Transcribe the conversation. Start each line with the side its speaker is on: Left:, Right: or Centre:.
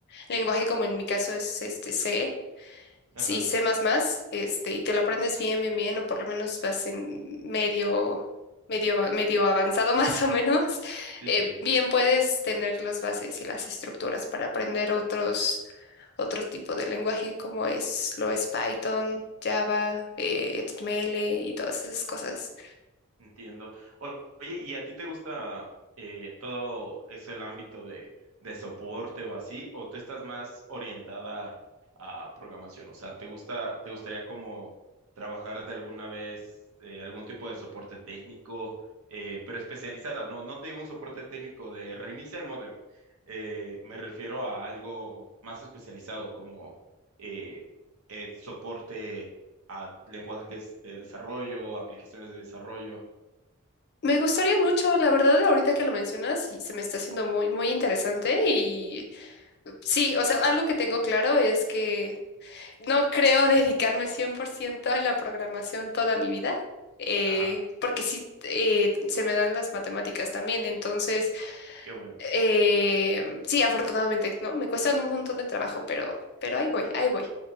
Left: lenguaje como en mi caso es este C, si
Right: Ajá,
Left: C++, este, y te lo aprendes bien, bien, bien, o por lo menos vas en medio, medio, av- medio avanzado <laughs> más o menos,
Right: sí,
Left: eh,
Right: sí.
Left: bien puedes tener las bases y las estructuras para aprender otros, otro tipo de lenguaje como es, lo es Python, Java, eh, HTML y todas esas cosas.
Right: Entiendo. O- Oye, ¿y a ti te gusta eh, todo eso, el ámbito de, de soporte o así? ¿O tú estás más orientada a programación? O sea, ¿te gusta, te gustaría como trabajar de alguna vez eh, algún tipo de soporte técnico, eh, pero especializado? No, no te digo un soporte técnico de reinicia el módem. Eh, me refiero a algo más especializado como eh, el soporte a lenguajes de desarrollo, aplicaciones de desarrollo.
Left: Me gustaría mucho, la verdad, ahorita que lo mencionas, sí, se me está haciendo muy, muy interesante y uh, sí, o sea, algo que tengo claro es que no creo <laughs> dedicarme 100% a la programación toda mi vida, eh,
Right: Ajá,
Left: porque sí, eh, se me dan las matemáticas también, entonces,
Right: qué bueno.
Left: eh, sí, afortunadamente, ¿no? Me cuestan un montón de trabajo, pero, pero ahí voy, ahí voy.